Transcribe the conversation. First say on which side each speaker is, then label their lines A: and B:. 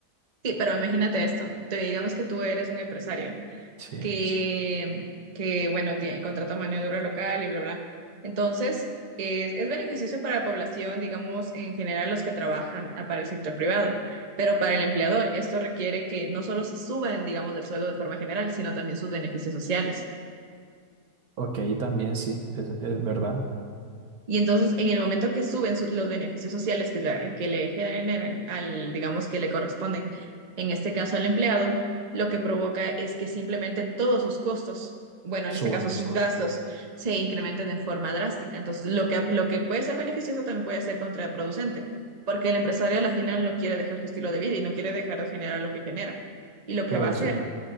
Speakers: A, on the right; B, on the right.
A: Sí, pero imagínate esto. Te digamos que tú eres un empresario
B: Sí.
A: que, que bueno, tiene, contrata mano de obra local y bla, bla. Entonces, es, es beneficioso para la población, digamos, en general los que trabajan ah, para el sector privado, pero para el empleador esto requiere que no solo se suban, digamos, del sueldo de forma general, sino también sus beneficios sociales.
B: Ok, también sí, es, es verdad,
A: Y entonces, en el momento que suben su- los beneficios sociales que, la- que le generan al, digamos, que le corresponden, en este caso al empleado, lo que provoca es que simplemente todos sus costos, bueno, en
B: suban,
A: este caso sus gastos, se incrementan de forma drástica. Entonces, lo que, lo que puede ser beneficioso también puede ser contraproducente, porque el empresario al final no quiere dejar su estilo de vida y no quiere dejar de generar lo que genera. Y lo
B: claro,
A: que va a hacer
B: sí.